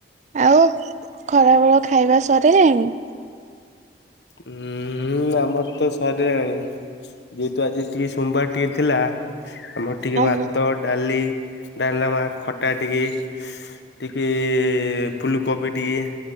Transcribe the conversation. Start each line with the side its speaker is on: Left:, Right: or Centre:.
Right: ଆଉ ଖରାବେଳ ଖାଇବା ସାରିଲାଣି।
Left: ହୁଁଁ ଆମର ତ ସରିଲାଣି। ଯେହେତୁ ଆଜି ଟିକେ ସୋମବାର ଟିକେ ଥିଲା ଆମର ଟିକେ
Right: ଆଜ୍ଞା।
Left: ଭାତ ଡାଳି ଡାଲମା ଖଟା ଟିକେ ଟିକେ ଫୁଲକୋବି ଟିକେ